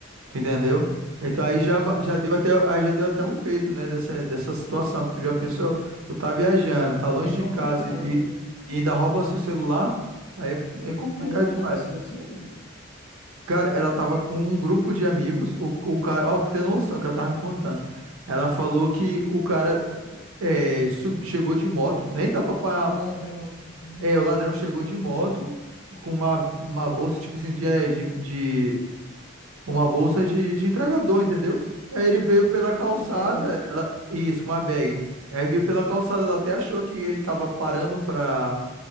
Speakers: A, on the right; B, on the left.
A: Tu entendeu? Então aí já,
B: Entendi.
A: ba- já deu até, aí já deu até um medo, né, dessa, dessa situação, porque tu já pensou, tu tá viajando, tá longe
B: Que é
A: de
B: complicado,
A: casa e,
B: mano.
A: e ainda roubam seu celular, aí é,
B: É,
A: é complicado
B: mas ela
A: demais.
B: tava sozinha, mano?
A: Cara, ela tava com um grupo de amigos, o, o cara, ó, pra ter
B: Ah,
A: noção, que ela tava me contando. Ela falou que o cara é, sub- chegou de moto, nem dava pra.
B: Ah, o ladrão. Aham.
A: É, o ladrão chegou de moto com uma, uma bolsa, tipo assim, de, é, de, Uma bolsa de, de entregador, entendeu? Aí ele veio pela calçada,
B: A bag.
A: ela- isso, uma bag. Aí veio pela calçada, ela até achou que ele tava parando pra.